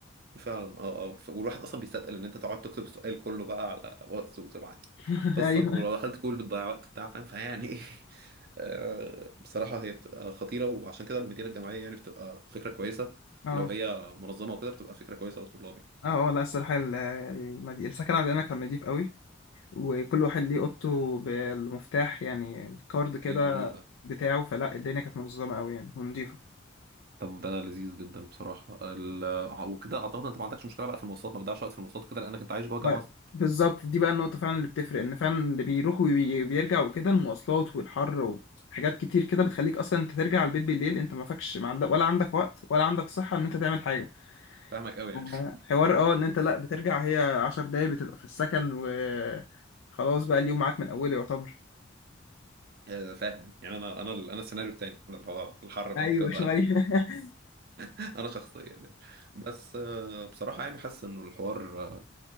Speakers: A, on the right; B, on the left.
A: فعلا اه اه ف- والواحد اصلا بيستثقل ان انت تقعد تكتب السؤال كله بقى على واتس وتبعت
B: <laughs>
A: قصه
B: ايوه
A: ولو دخلت كول بتضيع وقت بتاع فاهم فيعني ايه <laughs> آه، بصراحه هي بتبقى خطيره وعشان كده المديره الجامعيه يعني بتبقى فكره كويسه
B: اه
A: لو هي منظمه وكده بتبقى فكره كويسه للطلاب يعني
B: اه اه لا الصراحة ال- المد- السكن عندنا كان نضيف قوي وكل واحد ليه اوضته بالمفتاح يعني الكارد
A: اوكي
B: كده
A: جميل ده
B: بتاعه فلا الدنيا كانت منظمة قوي يعني ونضيفة
A: طب ده لذيذ جدا بصراحه ال... وكده اعتقد انت ما عندكش مشكله بقى في المواصلات ما بتضيعش وقت في المواصلات وكده لانك انت عايش جوه الجامعه
B: ما-
A: اصلا
B: بالظبط دي بقى النقطة فعلا اللي بتفرق ان فعلا اللي بيروح وبيرجع وكده المواصلات والحر وحاجات كتير كده بتخليك اصلا انت ترجع البيت بالليل انت ما فكش ما عندك ولا عندك وقت ولا عندك صحة ان انت تعمل حاجة
A: فاهمك قوي يعني
B: آه، حوار
A: <laughs>
B: اه ان انت لا بترجع هي عشر دقايق بتبقى في السكن و خلاص بقى اليوم معاك من اوله يعتبر
A: آه، فاهم يعني انا انا انا السيناريو التاني انا اللي هو الحر بقى
B: ايوه
A: والكلام
B: شوية
A: ده
B: <laughs>
A: انا شخصيا يعني بس آه، بصراحه يعني حاسس انه الحوار آه،